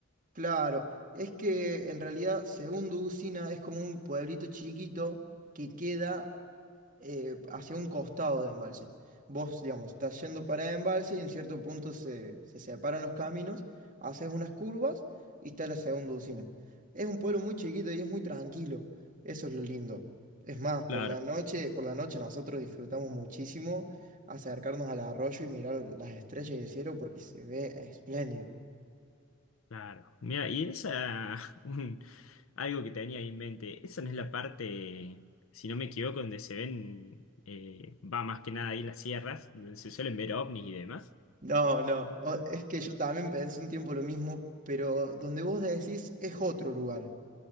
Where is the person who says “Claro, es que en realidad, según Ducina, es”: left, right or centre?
Right